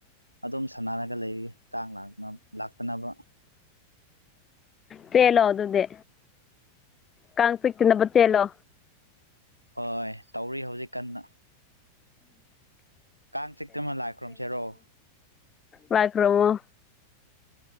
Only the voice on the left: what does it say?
ꯇꯦꯂꯣ ꯑꯗꯨꯗꯦ ꯀꯥꯡ ꯆꯤꯛꯇꯅꯕ ꯆꯦꯜꯂꯣ
<unintelligible> ꯂꯥꯏ ꯈꯨꯔꯝꯃꯣ